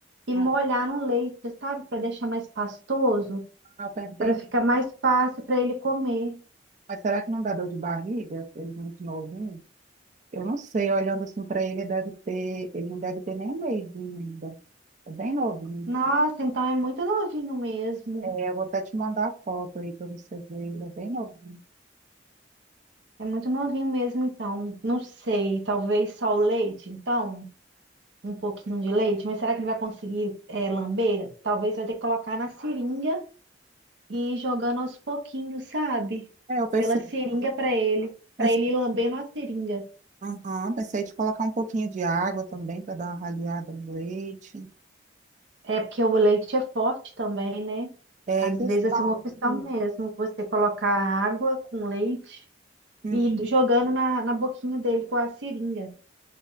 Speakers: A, on the right (about 75°); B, on the right (about 40°).
A: e
B: ah,
A: molhar no leite, sabe? Para deixar mais pastoso,
B: eu pensei,
A: para ficar mais fácil para ele comer.
B: mas será que não dá dor de barriga? Ele é muito novinho. Eu não sei, olhando assim para ele, deve ter, ele não deve ter nem um mêsinho ainda. É bem novinho.
A: Nossa, então é muito novinho mesmo.
B: É, eu vou até te mandar a foto aí para você ver, ele é bem novinho.
A: É muito novinho mesmo, então. Não sei, talvez só o leite, então. Um pouquinho de leite, mas será que ele vai conseguir é, lamber? Talvez vai ter que colocar na seringa e ir jogando aos pouquinhos, sabe?
B: É, eu pensei,
A: Pela seringa para ele, para
B: pensei,
A: ele ir lambendo a seringa.
B: aham, pensei de colocar um pouquinho de água também para dar uma raleada no leite.
A: É porque o leite é forte também, né?
B: É
A: Às
B: questão
A: vezes assim, é uma opção
B: de...
A: mesmo, você colocar água com leite
B: Hum,
A: e ir jogando na, na boquinha dele com a seringa.